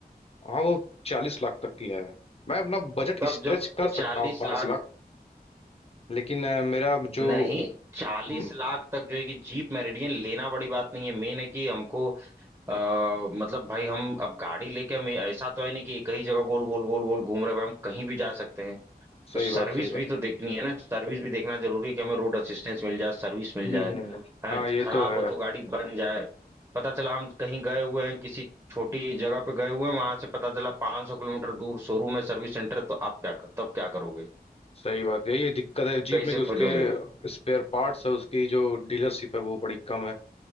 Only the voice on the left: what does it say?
हाँ वो चालीस लाख तक की है मैं अपना बजट
स्ट्रेच
कर
सकता हूँ पांच
लाख लेकिन अ, मेरा जो
हम्म,
सही
बात सही
बात
हम्म
हाँ ये
तो है
सही बात है ये दिक्कत है जीप
में कि उसके
स्पेयर पार्ट्स है उसकी जो डीलरशिप है वो बड़ी कम है